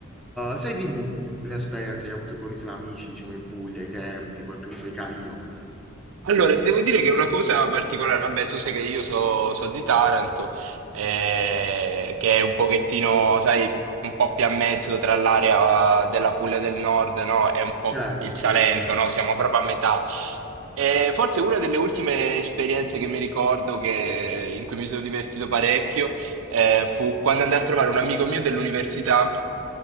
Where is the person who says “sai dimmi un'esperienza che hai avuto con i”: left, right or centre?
Centre